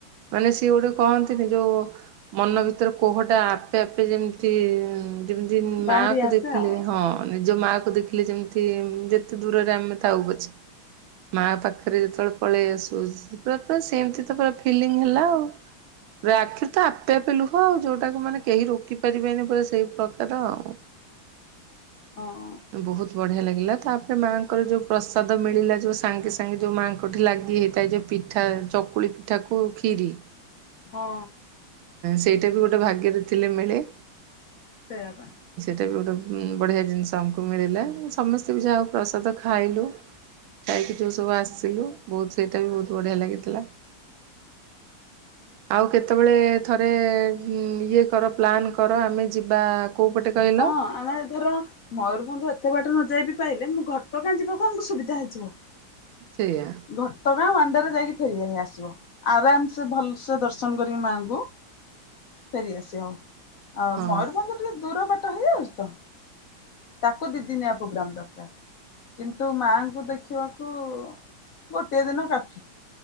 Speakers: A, on the right; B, on the left.
A: ମାନେ ସିଏ ଗୋଟେ କହନ୍ତିନି ଯୋଉ ମନ ଭିତରେ କୋହଟା ଆପେ ଆପେ ଯେମତି ଯେମିତି
B: ବାହାରି
A: ମା
B: ଆସେ ଆଉ।
A: ହଁ ନିଜ ମା କୁ ଦେଖିଲେ ଯେମିତି ଯେତେ ଦୂରରେ ଆମେ ଥାଉ ପଛେ ମାଆ ପାଖରେ ଯେତେବେଳେ ପଳେଇ ଆସୁ, ପୁରା ତ ସେମତି ତ ପୁରା ଫିଲିଙ୍ଗ ହେଲା ଆଉ।
B: ହ <inaudible>
A: ପୁରା ଆଖିରୁ ତ ଆପେ ଆପେ ଲୁହ ଆଉ, ଯୋଉଟାକୁ ମାନେ କେହି ରୋକି ପାରିବେନି ପୁରା ସେଇ ପ୍ରକାର ଆଉ।
B: ହଁ।
A: ବହୁତ୍ ବଢିଆ ଲାଗିଲା। ତାପରେ ମାଆଙ୍କର ଯୋଉ ପ୍ରସାଦ ମିଳିଲା ଯୋଉ ସାଙ୍ଗେ ସାଙ୍ଗେ ଯୋଉ ମାଆଙ୍କଠି ଲାଗି ହେଇଥାଏ ଯେ ପିଠା ଚକୁଳି ପିଠାକୁ କ୍ଷୀରି।
B: ହଁ।
A: ସେଇଟା ବି ଗୋଟେ ଭାଗ୍ୟରେ ଥିଲେ ମିଳେ।
B: ସେଇଆ ପା।
A: ସେଟେ ବି ଗୋଟେ ବଢ଼ିଆ ଜିନିଷ ଆମକୁ ମିଳିଲା ସମସ୍ତେ ବି ଯାହାହାଉ ପ୍ରସାଦ ଖାଇଲୁ। ଯାଇକି ଯେଉଁ ସବୁ ଆସିଥିଲୁ ବହୁତ ସେଇଟା ବି ବହୁତ ବଢ଼ିଆ ଲାଗିଥିଲା।
B: <inaudible>
A: ଆଉ କେତେବେଳେ ଥରେ ଇଏ କର ପ୍ଲାନ୍ କର ଆମେ ଯିବା କୋଉ ପଟେ କହିଲେ।
B: ହଁ ଆମେ ଧର ମୟୂରଭଞ୍ଜ। ଏ ତ ବାଟ ନ ଯାଇବି ପାଇଲେ ମୁଁ ଘଟ କାଁ ଯିବ କଣୁ ସୁବିଧା ହେଇଯିବ।
A: ସେୟା।
B: ଘଟଗାଁ ୱାଣ୍ଡେରେ ଯାଇକି ଫେରି ହ ଆସିବ। ଆରାମ ସେେ ଭଲସେ ଦର୍ଶନ କରିକି ମାଆଙ୍କୁ ଫେରିଆସିବା। ଆ
A: ହଁ
B: ମୟୂରଭଞ୍ଜ ଟିକେ ଦୂର ବାଟ ହେଇଯାଉଛି ତ ତାକୁ ଦିଦିନିଆ ପ୍ରୋଗ୍ରାମ ଦରକାର, କିନ୍ତୁ ମାଙ୍କୁ ଦେଖିବାକୁ ଗୋଟେ ଦିନ କାଫି।